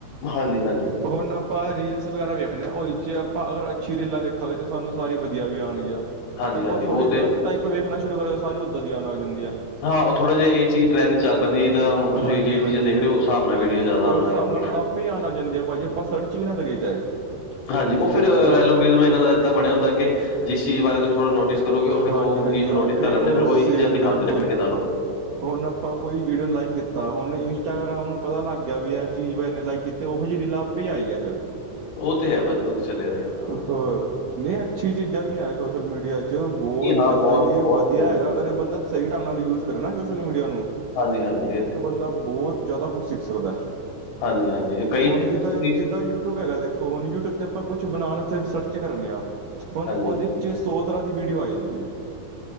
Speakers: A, on the left (about 85°); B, on the right (about 70°).
A: ਹਾਂਜੀ-ਹਾਂਜੀ
B: ਹੁਣ ਆਪਾਂ ਰੀਲਸ ਵਗੈਰਾ ਵੇਖਦੇ ਹਾਂ ਉਹਦੇ 'ਚ ਆਪਾਂ ਅਗਰ ਅੱਛੀ ਰੀਲਾਂ ਵੇਖਾਂਗੇ ਤਾਂ ਸਾਨੂੰ ਸਾਰੀ ਵਧੀਆ ਵੀ ਆਉਣਗੀਂਆ
A: ਹਾਂਜੀ,
B: ਆਪਾਂ
A: ਹਾਂਜੀ
B: ਥੋੜੀ
A: ਉਹ ਤੇ
B: ਗਲਤ ਟਾਈਪ ਵੇਖਣਾ ਸ਼ੁਰੂ ਕਰਾਂਗੇ ਸਾਰੀ ਓਦਾਂ ਦੀ ਆਉਣ ਲਗ ਜਾਂਦੀਆ ਹੈ
A: ਹਾਂ ਥੋੜੇ ਜੇ ਇਹ ਚੀ ਟ੍ਰੈਂਡ ਚੱਲ ਪੈਂਦੀ ਹੈ ਤਾਂ ਹੁਣ ਤੁਸੀਂ
B: ਹਾਂਜੀ-ਹਾਂਜੀ
A: ਜਿਹੜੀ ਚੀਜ਼ਾਂ ਦੇਖ ਰਹੇ ਹੋ ਉਸ ਹਿਸਾਬ ਨਾਲ ਵੀਡੀਓ ਜ਼ਿਆਦਾ
B: ਉਸ
A: ਆਉਣ ਲਗ
B: ਹਿਸਾਬ
A: ਜਾਂਦੀਆਂ
B: ਨਾਲ
A: ਹਨ
B: ਆਪੇ ਹੀ ਆਉਣ ਲੱਗ ਜਾਂਦੇ ਆ ਭਾਜੀ ਆਪਾਂ ਸਰਚ ਵੀ ਨਾ ਕਰੀਏ ਚਾਹੇ
A: ਹਾਂਜੀ ਉਹ ਫਿਰ
B: ਹੁਣ
A: ਐਲੋਗਿਜ਼ਮ ਇਹਨਾ ਦਾ ਏਦਾਂ ਬਣਿਆ ਹੁੰਦਾ ਕਿ ਜਿਸ ਚੀਜ਼ ਬਾਰੇ ਤੁਸੀਂ ਥੋੜ੍ਹਾ ਨੋਟਿਸ ਕਰੋਗੇ ਫਿਰ
B: ਹਾਂਜੀ-ਹਾਂਜੀ
A: ਚੀਜ਼ ਨੂੰ ਨੋਟਿਸ
B: ਆਪੇ
A: ਕਰ ਲੈਂਦੇ
B: ਉਹ
A: ਫਿਰ ਉਹੀ
B: ਸੇਮ
A: ਚੀਜ਼ਾਂ ਦਿਖਾਉਦੇ
B: ਬਿਲਕੁਲ
A: ਰਹਿਣਗੇ ਤੁਹਾਨੂੰ
B: ਹੁਣ ਆਪਾਂ ਕੋਈ ਵੀਡੀਓ ਨੂੰ ਲਾਈਕ ਕੀਤਾ ਹੁਣ ਇੰਸਟਾਗ੍ਰਾਮ ਨੂੰ ਪਤਾ ਲੱਗ ਗਿਆ ਵੀ ਇਹ ਚੀਜ਼ ਨੇ ਲਾਈਕ ਕੀਤੀ ਤੇ ਉਹੋ ਜਿਹੀ ਰੀਲਾ ਆਪੇ ਜਾਈ ਫਿਰ
A: ਉਹ ਤੇ ਹੈ ਭਾਜੀ ਉਹ ਤੇ ਚੱਲਿਆ ਰਹੇਗਾ ਕੰਮ ਓਦਾਂ।
B: ਹੋਰ, ਨਹੀਂ ਅੱਛੀ ਚੀਜ਼ਾਂ ਵੀ ਹੈ ਸੋਸ਼ਲ ਮੀਡੀਆ 'ਚ ਬਹੁਤ
A: ਜੀ ਹਾਂ,
B: ਜ਼ਿਆਦਾ
A: ਬਹੁਤ,
B: ਹੀ
A: ਬਹੁਤ
B: ਵਧੀਆ
A: ਭਾਈ।
B: ਹੈਗਾ ਅਗਰ ਬੰਦਾ ਸਹੀ ਢੰਗ ਨਾਲ ਯੂਜ ਕਰੇ ਨਾ ਸੋਸ਼ਲ ਮੀਡੀਆ ਨੂੰ
A: ਹਾਂਜੀ-ਹਾਂਜੀ ਇਹ ਤੇ
B: ਦਾ ਬਹੁਤ ਜ਼ਿਆਦਾ ਕੁਛ ਸਿੱਖ ਸਕਦਾ ਹੈ,
A: ਹਾਂਜੀ, ਹਾਂਜੀ ਇਹ ਕਈ
B: ਹੁਣ ਜਿੱਦਾਂ-ਜਿੱਦਾਂ
A: ਤੁਸੀਂ
B: ਯੂਟਿਊਬ ਹੈਗਾ ਦੇਖੋ ਹੁਣ ਯੂਟਿਊਬ ਤੇ ਆਪਾਂ ਕੁਛ ਬਣਾਉਣ ਤੇ ਸਰਚ ਕਰਨੇ ਹਾਂ, ਹੁਣ
A: ਹਾਂਜੀ।
B: ਉਹਦੇ ਚ ਸੋ ਉਸ ਤਰ੍ਹਾਂ ਦੀ ਵੀਡੀਓ ਆਈ ਜਾਂਦੀ ਹੈ